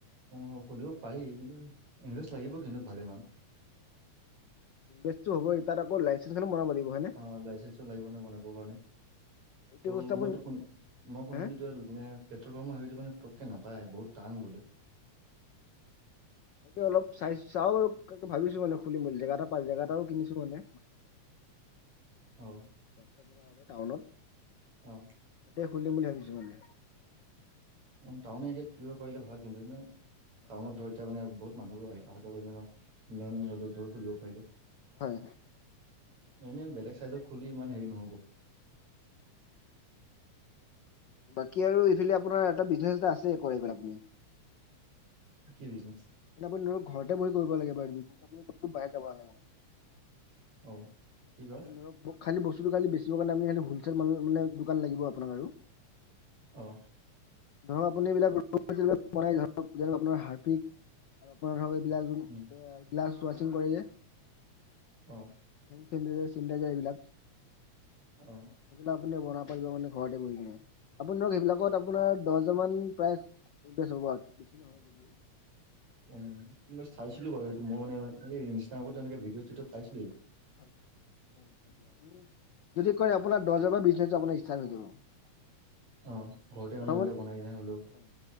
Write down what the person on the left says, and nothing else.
ইনভেষ্ট হবই তাত আকৌ লাইচেঞ্চ খানো বনাব লাগিব হয়নে
এইটো
বস্তু আপুনি
হে
তাকে অলপ চাই চাও আৰু ভাবিছোঁ মানে খুলি মেল জেগাটা পাই য জেগাটাও কিনিছোঁ মানে।
<unintelligible> টাউনত।
তাতে খুলিম বুলি ভাবিছো মানে
হয়
হয়
বাকী, আৰু ইফালে আপোনাৰ এটা বিজঞ্চে এটা আছে কৰিবলৈ আপুনি
আপুনি ধৰি ঘৰতে বহি কৰিব লাগে কতো বাহিৰত যাব নালাগে
আপোনাৰ খালি বস্তু বেছিবৰ কাৰণে হলচেল মানে দোকান লাগিব আপোনাৰ আৰু
ধৰক, আপুনি এইবিলাকাক বনাই ধৰক আপোনাৰ হাৰফিক আৰু আপোনাৰ ধৰক
গ্লাছ ৱাচিং কৰে যে
চেনিটাইজা চেনিটাইজাৰ এইবিলাক,
এইবিলাক আপুনিয়েই বনাব কৰিব ঘৰতে বহি আপুনি ধৰক সেইবিলাকত আপোনাৰ দহজন মান প্ৰায় এক্ৰছ হ'ব বেছি নহয়, যদিও
যদি কি কয় আপোনাৰ দহ হাজাৰ টকাত আপোনাৰ ইষ্টা হৈ যাব
প্ৰথমত
হয়